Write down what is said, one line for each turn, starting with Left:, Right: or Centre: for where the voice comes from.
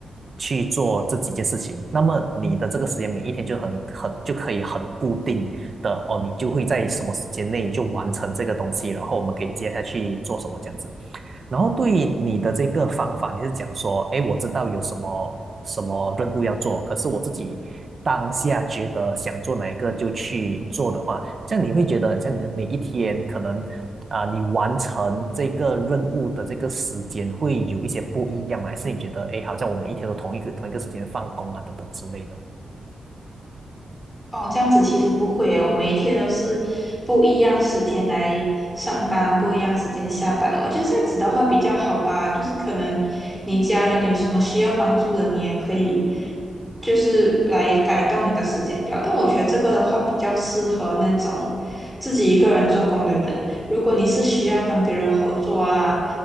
Right: 去做这几件事情，那么你的这个时间每一天就很很就可以很固定。的哦，你就会在什么时间内就完成这个东西，然后我们可以接下去做什么这样子。然后对于你的这个方法，你是讲说，诶，我知道有什么什么任务要做，可是我自己当下觉得想做哪一个就去做的话，这样你会觉得很像你的每一天可能啊、你完成这个任务的这个时间会有一些不一样吗？还是你觉得，诶，好像我们一天都同一个同一个时间放工啊，等等之类的？
Centre: 哦，这样子其实不会耶，我每一天都是不一样时间来上班，不一样时间下班。我觉得这样子的话比较好吧，就是可能你家人有什么需要帮助的，你也可以就是来改动你的时间表。但我觉得这个的话比较适合那种自己一个人做工的人。如果你是需要跟别人合作啊，